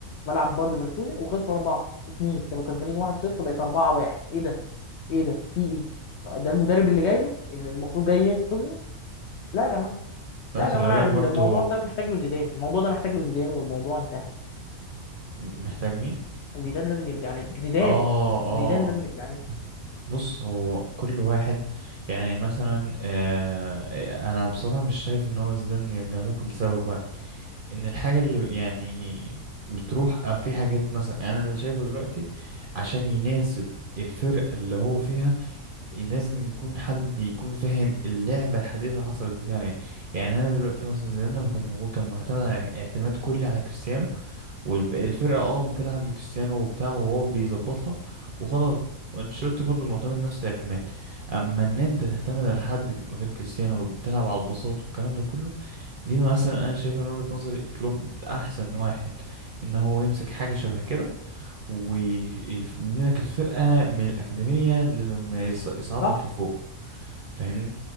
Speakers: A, on the left; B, on the right.
A: ملعب باير ليفركوزن وخسروا 4 2 كانوا كسبانين 1-0 بقت 4-1 ايه ده ايه ده في ايه ده المدرب اللي جاي لي اللي المفروض جاي ينقذني لا يا جماعه
B: لا
A: لا
B: خلي
A: يا جماعه
B: بالك
A: الموضوع
B: برضو
A: ده محتاج له زيدان الموضوع ده محتاج له زيدان والموضوع انتهى
B: محتاج مين
A: زيدان لازم يرجع لنا زيدان
B: اه اه
A: زيدان لازم يرجع لنا
B: بص هو كل واحد يعني مثلا آه انا بصراحة مش شايف ان هو زيدان يرجع له كل سبب واحد ان الحاجة اللي يعني بتروح آه، في حاجات مثلا يعني انا اللي شايفه دلوقتي عشان يناسب الفرقة اللي هو فيها لازم يكون حد يكون فاهم اللعبة الحديثة حصلت لها ايه يعني انا دلوقتي مثلا زيدان لما كان موجود كان معتمد على اعتماد كلي على كريستيانو والفرقة اه بتلعب لكريستيانو وبتاع وهو بيظبطها وخلاص وانشيلوتي برضه معتمد نفس الاعتماد اما ان انت تعتمد على حد ك- من غير كريستيانو وبتلعب على البساط والكلام ده كله دي مثلا انا شايفها من وجهة نظري كلوب احسن واحد ان هو يمسك حاجة شبه كده ويبني لك الفرقة من الأكاديمية لما يص- يصعد
A: صح
B: لك لفوق فاهمني